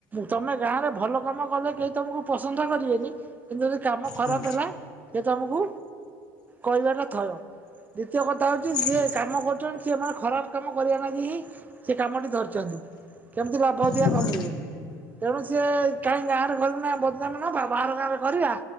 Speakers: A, on the right; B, on the left.
A: ତମେ ଗାଁରେ ଭଲ କାମ କଲେ କେହି ତମକୁ ପ୍ରଶଂସା କରିବେନି କିନ୍ତୁ ଯଦି କାମ ଖରାପ
B: ହୁଁ
A: ହେଲା ସେ ତମକୁ କହିବାଟା ଥୟ ଦ୍ୱିତୀୟ କଥା ହେଉଛି ଯିଏ
B: ହୁଁ।
A: କାମ କରୁଛନ୍ତି ସେମାନେେ ଖରାପ କାମ କରିବା ନାାଗି ହିଁ ସେ କାମଟି ଧରିଛନ୍ତି କେମିତି ଲାଭ ଅଧିକା
B: ଆଚ୍ଛା
A: କମେଇବେ ତେଣୁ ସିଏ କାହିଁ ଗାଁରେ ନା ବଦନାଵ ବା ବାହାର ଗାଁରେ କରିବା